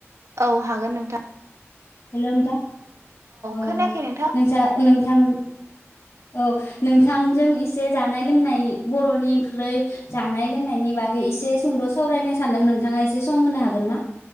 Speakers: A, on the right; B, on the left.
A: औ हागोन नोंथां
B: हेलो नोंथां औ
A: खोनायाखै नोंथां
B: नोंसा नोंथां उम औ नोंथांजों एसे जानाय लोंनाय बर'नि ओंख्रै जानाय लोंनायनि बागै एसे सुंद' सावरायनो सानदों नोंथाङा एसे सम होनो हागोन ना